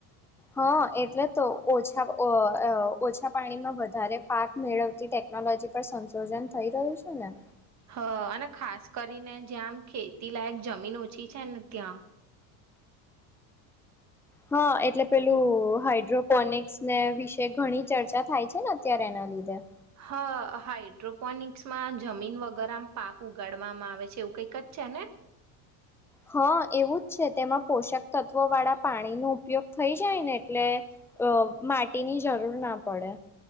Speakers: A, in the centre; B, on the right.
A: હા એટલે તો ઓછા ઓછા પાણીમાં વધારે પાક મેળવતી ટેકનોલોજી પર સંશોધન થઈ રહ્યું છે ને
B: હ અને ખાસ કરીને જ્યાં આમ ખેતી લાયક જમીન ઓછી છે ને ત્યાં
A: હા એટલે પેલું હાઈડ્રોપોનિકસ ને વિશે ઘણી ચર્ચા થાય છે ને અત્યારે એના લીધે
B: હા હાઈટ મેટ્રોપોનિકસમાં જમીન વગરમાં પાક ઉગાડવામાં આવે છે એવું કઈકત છે ને
A: હા એવું જ છે તેમાં પોષક તત્વો વાળા પાણીનો ઉપયોગ થઈ જાય ને એટલે અ માટીની જરૂર ના પડે